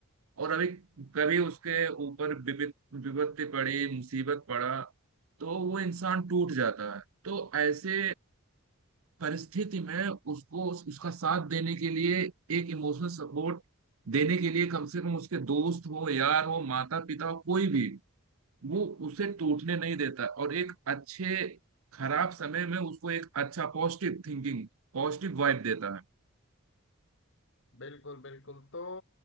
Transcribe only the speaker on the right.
और अभी कभी उसके ऊपर विपत- विपत्ति पड़ी मुसीबत पड़ा तो वो इंसान टूट जाता है तो ऐसे परिस्थिति में उसको उस- उसका साथ देने के लिए एक इमोशनल सपोर्ट देने के लिए कम से कम उसके दोस्त हो यार हो माता पिता हो कोई भी वो उसे टूटने नहीं देता और एक अच्छे खराब समय में उसको एक अच्छा पॉजिटिव थिंकिंग पॉजिटिव वाइब देता है